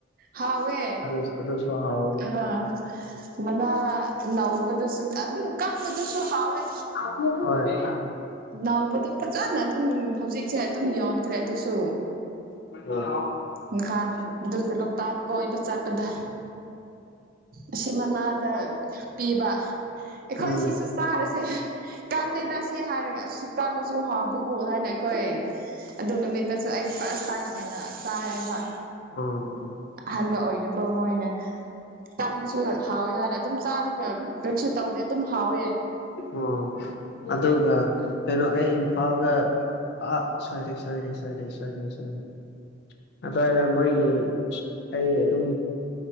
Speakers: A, on the right; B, on the left.
A: ꯍꯥꯎꯋꯦ
B: ꯑꯗꯨꯁꯨꯣ ꯍꯥꯎ__
A: ꯑꯥ ꯃꯅꯥ ꯅꯧꯕꯗꯨꯁꯨ ꯑꯗꯨ ꯀꯥꯟꯕꯗꯨꯁꯨꯨ ꯍꯥꯎꯋꯦ
B: ꯍꯣꯏ
A: ꯅꯥꯎꯕꯗꯤ ꯐꯖꯅ ꯑꯗꯨꯝ ꯍꯧꯖꯤꯛꯁꯦ ꯑꯗꯨꯝ ꯌꯣꯟꯈ꯭ꯔꯦ ꯑꯗꯨꯁꯨ
B: <unintelligible> ꯑꯥ
A: ꯥꯉꯥꯍꯥꯟ ꯑꯗꯨꯒꯤ ꯂꯣꯛꯇꯥꯛ ꯀꯣꯏꯕ ꯆꯠꯄꯗ ꯑꯁꯤ ꯃꯅꯥꯗ ꯄꯤꯕ ꯑꯩꯈꯣꯏ
B: ꯎꯝ
A: ꯁꯤꯁꯨ ꯇꯥꯔꯁꯦ ꯀꯜꯂꯦꯗ ꯁꯤ ꯍꯥꯏꯔꯒ ꯁꯤ ꯀꯜꯂꯁꯨ ꯍꯥꯎꯕꯕꯨ ꯍꯥꯏꯅ ꯑꯩꯈꯣꯏ ꯑꯗꯨ ꯅꯨꯃꯤꯠ__ ꯗꯁꯨ ꯑꯩ ꯐꯥꯔꯁ ꯇꯥꯏꯝ ꯑꯣꯏꯅ ꯆꯥꯏꯌꯦꯕ
B: ꯑꯣ
A: ꯑꯍꯥꯟꯕ ꯑꯣꯏꯅꯀꯣ ꯃꯣꯏꯅ ꯇꯟꯕꯁꯨ ꯍꯥꯎꯋꯤ ꯍꯥꯏꯅ ꯑꯗꯨꯝ ꯆꯥꯔꯒ ꯀꯩꯁꯨ ꯇꯧꯗꯦ ꯑꯗꯨꯝ ꯍꯥꯎꯋꯦ
B: ꯑꯣ ꯑꯗꯨꯒ ꯀꯩꯅꯣ ꯑꯩ ꯏꯝꯐꯥꯜꯗ ꯑꯥ ꯁꯣꯏꯔꯦ ꯁꯣꯏꯔꯦ ꯁꯣꯏꯔꯦ ꯁꯣꯏꯔꯦ ꯁꯣꯏꯔꯦ ꯑꯗ꯭ꯋꯥꯏꯗ ꯃꯣꯏꯒꯤ ꯑꯩ ꯑꯗꯨꯝ